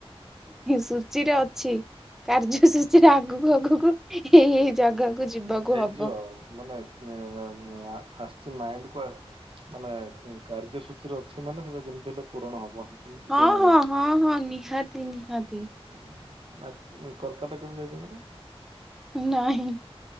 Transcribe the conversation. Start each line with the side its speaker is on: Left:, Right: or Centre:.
Centre: ସୂଚିରେ ଅଛି। କାର୍ଯ୍ୟ
Right: ପାଇଁ।
Centre: ସୂଚୀରେ ଆଗକୁ ଆଗକୁ ଏଇ ଏଇ ଜାଗାକୁ ଯିବାକୁ
Right: ହେଇଯିବ
Centre: ହବ।
Right: ଆଉ ମାନେ <unintelligible> ଆସିଛି ମାଇଣ୍ଡ କୁ ମାନେ କାର୍ଯ୍ୟସୂଚୀରେ ଅଛି ମାନେ ସେଟା ଯେମିତି ହେଲେ ପୂରଣ ହବ।
Centre: ହଁ
Right: ଦିନେ ନା
Centre: ହଁ ହଁ ହଁ ନିହାତି ନିହାତି।
Right: ଆ କୋଲକାତା କେବେ ଯାଇଛନ୍ତି ନା?
Centre: ନାହିଁ।